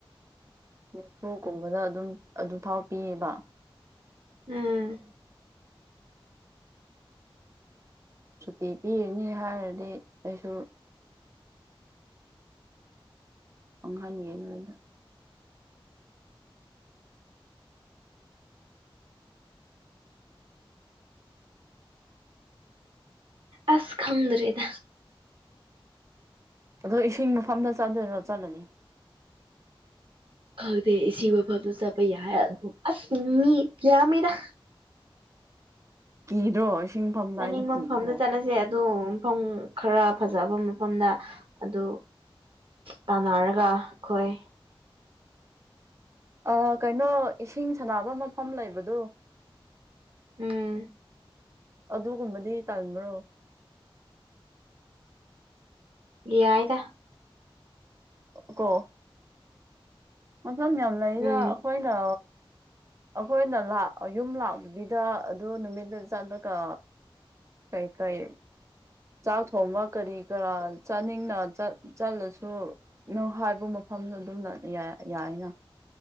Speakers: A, on the right (about 30°); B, on the right (about 70°).
A: ꯅꯤꯐꯨꯒꯨꯝꯕꯗ ꯑꯗꯨꯝ ꯑꯗꯨ ꯐꯥꯎ ꯄꯤꯌꯦꯕ
B: ꯎꯝ
A: ꯁꯨꯇꯤ ꯄꯤꯔꯅꯤ ꯍꯥꯏꯔꯗꯤ ꯑꯩꯁꯨ ꯈꯥꯡꯍꯟꯉꯦ ꯅꯣꯏꯅ
B: ꯑꯁ ꯈꯪꯗ꯭ꯔꯦꯗ
A: ꯑꯗꯣ ꯏꯁꯤꯡ ꯃꯐꯝꯗ ꯆꯥꯗꯣꯏꯔꯣ ꯆꯠꯂꯅꯤ
B: ꯈꯪꯗꯦ ꯏꯁꯤꯡ ꯃꯐꯝꯗ ꯆꯄ ꯌꯥ ꯑꯁ ꯃꯤ ꯌꯥꯃꯤꯗꯥ
A: ꯀꯤꯗ꯭ꯔꯣ ꯏꯁꯤꯡꯐꯝꯗꯥꯏꯗ
B: ꯆꯠꯅꯤꯡꯕ
A: ꯀꯤꯗ꯭ꯔꯣ
B: ꯃꯐꯝꯗ ꯆꯠꯂꯁꯦ ꯑꯗꯣ ꯃꯐꯝ ꯈꯔ ꯐꯖꯕ ꯃꯐꯝꯗ ꯑꯗꯨ ꯇꯥꯟꯅꯔꯒ ꯑꯈꯣꯏ
A: ꯑꯥ ꯀꯩꯅꯣ ꯏꯁꯤꯡ ꯁꯅꯕ ꯃꯐꯝ ꯂꯩꯕꯗꯨ
B: ꯎꯝ
A: ꯑꯗꯨꯒꯨꯝꯕꯗꯤ ꯇꯟꯕ꯭ꯔꯣ
B: ꯌꯥꯏꯗ
A: ꯀꯣ ꯃꯐꯝ ꯌꯥꯝ ꯂꯩꯗ
B: ꯎꯝ
A: ꯑꯈꯣꯏꯅ ꯑꯈꯣꯏꯅ ꯂꯥꯛ ꯌꯨꯝ ꯂꯥꯛꯇꯕꯤꯗ ꯑꯗꯨ ꯅꯨꯃꯤꯠꯇꯨ ꯆꯠꯂꯒ ꯀꯩ ꯀꯩ ꯆꯥꯛ ꯊꯣꯡꯕ ꯀꯔꯤ ꯀꯔꯥ ꯆꯥꯅꯤꯡꯅ ꯆꯠ ꯆꯠꯂꯁꯨ ꯅꯪ ꯍꯥꯏꯕ ꯃꯐꯝꯁꯨ ꯑꯗꯨꯝ ꯌꯥ ꯌꯥꯏꯅ